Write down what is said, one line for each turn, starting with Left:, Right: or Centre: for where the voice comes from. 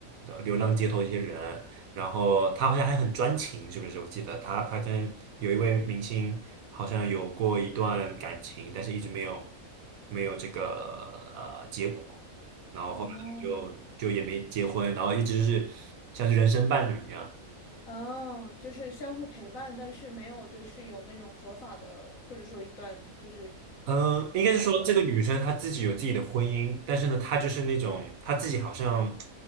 Right: 呃流浪街头一些人，然后他好像还很专情，是不是？我记得他他跟有一位明星好像有过一段感情，但是一直没有没有这个呃结果，然后后面就就也没结婚，
Left: 哦，
Right: 然后一直是像是人生伴侣一样。
Left: 哦，就是相互陪伴，但是没有就是有那种合法的，或者说一段就是
Right: 嗯，
Left: 合法的关系。
Right: 应该是说这个女生她自己有自己的婚姻，但是呢，她就是那种她自己好像